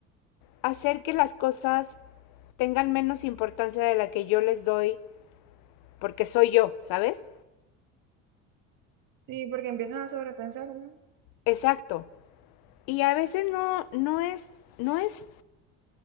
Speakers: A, on the left (about 75°); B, on the right (about 60°).
A: hacer que las cosas tengan menos importancia de la que yo les doy porque soy yo, ¿sabes?
B: Sí, porque empiezas a sobrepensar, ¿no?
A: Exacto. Y a veces no, no es, no es